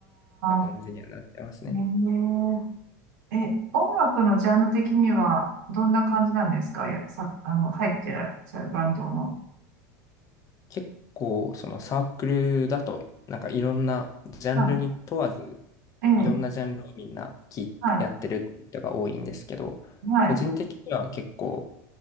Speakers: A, on the left; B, on the right.
A: 感じにはなってますね。
B: あ、ねえ。え、音楽のジャンル的にはどんな感じなんですかや、さ、あの、入ってらっしゃるバンドの。
A: 結構そのサークルだとなんかいろんなジャンルに問わず
B: あ、ええ、
A: いろんなジャンルをみんな聞いやってる人が多いんですけど、
B: はい、はい、
A: 個人的には結構